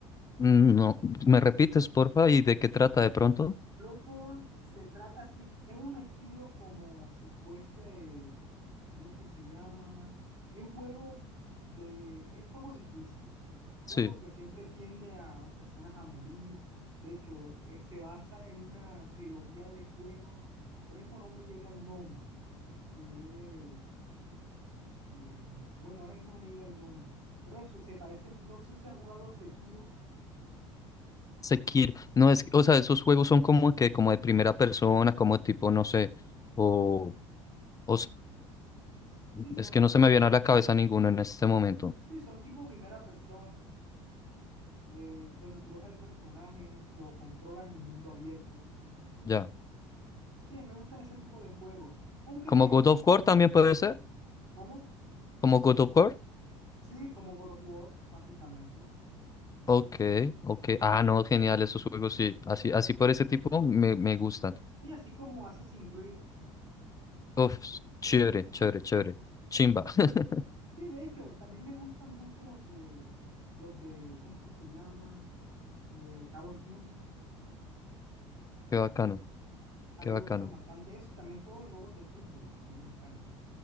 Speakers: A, on the left; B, on the right.
A: Mm, No, ¿me repites, porfa? ¿Y de qué trata de pronto?
B: Bloodborne se trata, así, es es un estilo como si fuese ¿cómo es que se llama? Es juego de, es juego difícil, ya
A: Sí.
B: porque siempre tiende a las personas a morir. De hecho, eh, se basa en una trilogía de juegos, que ahora mismo no me llega el nombre, que es, eh, bueno, ahora mismo no me llega el nombre, pero eso se parece, no sé si has jugado Sekiro,
A: Sekiro, no es, que- o sea, esos juegos son como que, como de primera persona, como tipo, no sé, o O s-
B: sí, son
A: es que
B: de,
A: no
B: son,
A: se me viene a la cabeza ninguno en este momento.
B: sí, son tipo primera persona, eh, donde tú ves al personaje, lo controlas en un mundo abierto
A: Ya.
B: Sí, me gustan ese tipo de juegos. Aunque
A: Como
B: también
A: God
B: me gustan
A: of War
B: los...
A: también puede ser.
B: ¿Cómo?
A: Como God of War.
B: Sí, como God of War, eh, básicamente.
A: Ok, ok. Ah, no, genial, esos juegos sí. Así, así por ese tipo me, me gustan.
B: Sí, así como Assassin's Creed.
A: Uf, chévere, chévere, chévere. Chimba. <laughs>
B: Sí, de hecho, también me gustan mucho los de... Los de... ¿Cómo que se llama? Eh, Call of Duty.
A: Qué bacano,
B: También
A: qué bacano.
B: me gustan bastante eso. Y también todos los juegos de fútbol también me encantan.